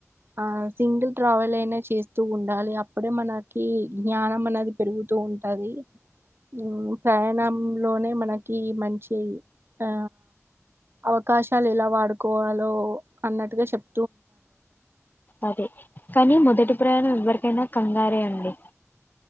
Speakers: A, on the right; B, on the left.
A: ఆ సింగిల్ ట్రావెల్ అయినా చేస్తూ ఉండాలి అప్పుడే మనకి జ్ఞానం అనేది పెరుగుతూ ఉంటది. ఉ ప్రయాణం. లోనే మనకి మంచి ఆ అవకాశాలు ఎలా వాడుకోవాలి. అన్నట్టుగా చెప్ప
B: అదే కానీ మొదటి ప్రయాణం ఎవరి ఎైనా కంగారే అండి.